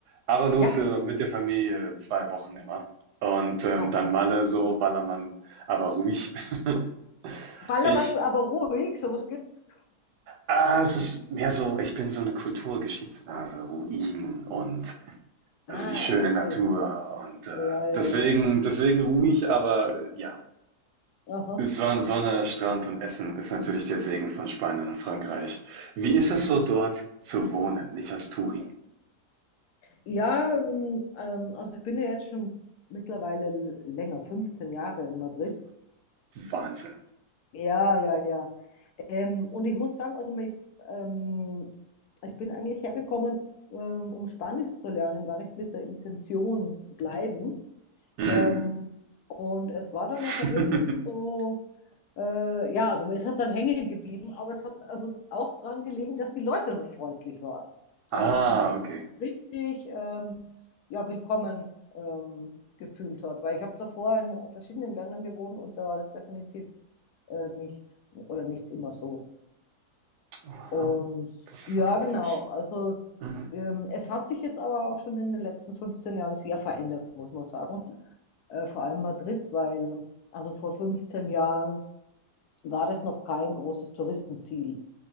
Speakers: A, on the right; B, on the left.
A: aber nur
B: Ja,
A: für mit der Familie zwei Wochen immer. Und ähm,
B: aha.
A: dann Malle so, Ballermann, aber ruhig. <laughs>
B: Ballermann,
A: Ich,
B: aber ruhig, sowas gibt's.
A: ah, es ist mehr so, ich bin so eine Kulturgeschichtsnase, Ruinen und also
B: Ah,
A: die schöne
B: okay.
A: Natur und äh,
B: Ja, ja,
A: deswegen,
B: ja.
A: deswegen ruhig, aber ja.
B: Aha.
A: Son Sonne, Strand und Essen ist natürlich der Segen von Spanien und Frankreich. Wie ist es so dort zu wohnen? Nicht als Touri?
B: Ja, ähm, ähm, also ich bin ja jetzt schon mittlerweile l- länger, 15 Jahre in Madrid.
A: Wahnsinn.
B: Ja, ja, ja. Ähm, und ich muss sagen, also mich, ähm, ich bin eigentlich hergekommen, ähm, um Spanisch zu lernen, gar nicht mit der Intention zu bleiben.
A: Mm.
B: Ähm, und es war dann
A: <laughs>
B: nachher wirklich so, äh, ja, also es hat dann hängen geblieben, aber es hat also auch dran gelegen, dass die Leute so freundlich waren.
A: Ah,
B: Also, dass man sich
A: okay.
B: richtig ähm, ja, willkommen ähm, gefühlt hat. Weil ich habe davor in verschiedenen Ländern gewohnt und da war das definitiv äh, nicht oder nicht immer so.
A: Aha,
B: Und
A: das ist ja
B: ja,
A: fantastisch.
B: genau. Also es,
A: Mm.
B: ähm, es hat sich jetzt aber auch schon in den letzten 15 Jahren sehr verändert, muss man sagen äh, vor allem Madrid, weil also vor 15 Jahren war das noch kein großes Touristenziel.